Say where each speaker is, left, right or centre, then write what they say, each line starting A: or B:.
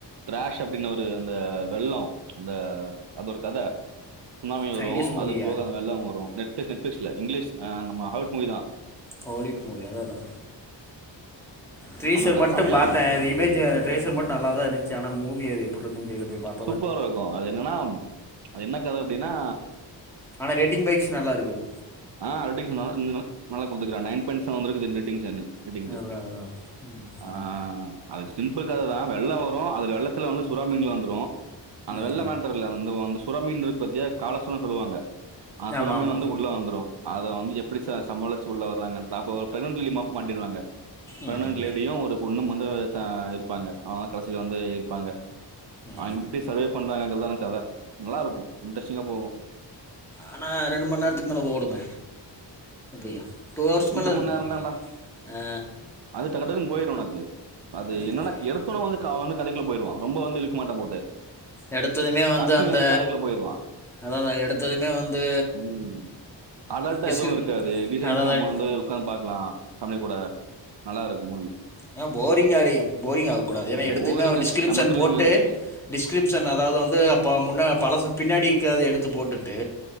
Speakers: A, on the right; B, in the centre.
A: டிராஷ் அப்டினு ஒரு த வெள்ளோ அந்த அது ஒரு கத சுனாமி வரு
B: சைனீஸ் மூவியா
A: அதுப் போக அந்த வெள்ளோ வரு நெட்ஃபிளி நெட்ஃபிளிக்ஸ்ல இங்கிலிஷ் அ நம்ம அவுட் மூவிதா
B: ஹோலிட் மூவி அதா அதா ட்ரீசர்
A: அந்த கதை
B: மட்டும்
A: செமையா
B: பாத்தே
A: இருக்கும்
B: அது இமேஜூ அத ட்ரேசர் மட் நல்லாதா இருஞ்சி ஆனா மூவி அது எப்புர்ருக்குன் தெர்ல போய் பாப்
A: சூப்பராக்கு அது என்னனாம் அது என்ன கத அப்டினா
B: ஆனா ரேட்டிங் பைக்ஸ் நல்லாருக்குது
A: ஆ ரெட்டிங்ஸ நல் இந்து நல்லா குடுத்துகிறான் நைன் பாய்ண்ட் செவன் இருகுது ரேடிங்ஸ் என்னுது ரெட்டிங்ஸ்கு
B: அதா அதா ம்
A: ஆ
B: ம்
A: அது சிம்பிள் கததா வெள்ளோ வரு அதுல வெள்ளத்துல வந்து சுறா மீன்கலா வந்துரு அந்த
B: ஏ
A: வெள்ள மேட்டர்ல்ல அந்த வந்து சுறாமீன் இருக் பாத்தியா காலசுனான் சொல்லுவாங்க அ சுறாமீன்
B: ஆமா ஆமா
A: வந்து உள்ல வந்துரு அத வந்து எப்டி ச சமாலிச் சொல்ல வர்றாங்கன்தாப்போல் பிரெக்னட் லிலி மாப் மாட்டிர்றாங்க
B: ம்
A: பிக்னென்ட் லேடியு ஒருப் பொண்ணும் மந்த ஒரு த இருப்பாங்க ஆ ஆ கடைசில வந்து இருப்பாங்க
B: ஏ
A: அவுங்கில்ட்டே சர்வேப் பண்றாங்கங்றதான கத நல்லாருக்கு இன்ட்ரஸ்டிங்கா போகு
B: ஆனா ரெண்டுமண் நேரத்துக் மேல ஓடுமே அப்டியா புவர் ஸ்மெல்லாருக்கு
A: மணி நேரம் தான்டா.
B: ஆ
A: அது டக்டக்னு போயிரு உனக்கு அது
B: அதான்
A: என்னனா
B: அதான்
A: எடுத்தொன்ன வந்து அவன் வந்து கதைக்குல்ல போய்டுவா ரொம்ப வந்து இழுக் மாட்டா போட்டு
B: எடுத்ததுமே வந்து
A: டக்குன்னு
B: அந்த
A: கதைக்குள்ள போயிருவான்.
B: அதாதா எடுத்ததுமே வந்து
A: ம். அடல்ட்டா
B: டிஸ்கிரி
A: எதுவு இருக்காது பி டிசன்ட்டு
B: அதான் அதான்
A: நம்ம வந்து உட்காந் பாக்லா ஃபேமிலி கூட நல்லாருக்கு மூவி
B: ஏ போரிங் ஆ போரிங்ஆவ கூடாது ஏனா
A: போரிங்கா
B: எடுத்தமே அவே டிஸ்கிரிப்ஷன்
A: செம த்ரில்லிங்கா
B: போட்டு
A: இருக்கும்.
B: டிஸ்கிரிப்ஷன் அதாவது வந்து அப்போ முன்ன பழசு பின்னடிக்கு அத எடுத்து போட்டுட்டு